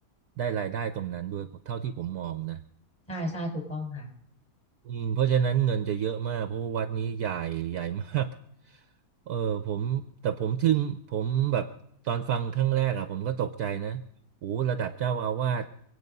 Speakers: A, on the right; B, on the left.
A: ได้รายได้ตรงนั้นด้วยเท่าที่ผมมองนะ
B: ใช่ใช่ถูกต้องค่ะ
A: อืมเพราะฉะนั้นเงินจะเยอะมากเพราะว่าวัดนี้ใหญ่ใหญ่มาก <laughs> เออผมแต่ผมทึ่งผมแบบตอนฟังครั้งแรกอะผมก็ตกใจนะโอ้ระดับเจ้าอาวาส